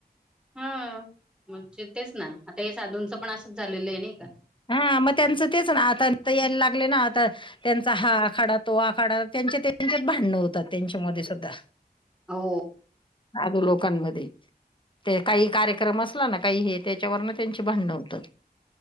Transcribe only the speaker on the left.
हा मग त्यांचं तेच ना आता यायला लागले ना आता त्यांचा हा आखाडा तो आखाडा त्यांचे त्यांचेत भांडण होतात त्यांच्या मध्ये सुद्धा.
साधू लोकांमध्ये. ते काही कार्यक्रम असला ना काही हे त्याच्यावरन त्यांची भांडणं होतात.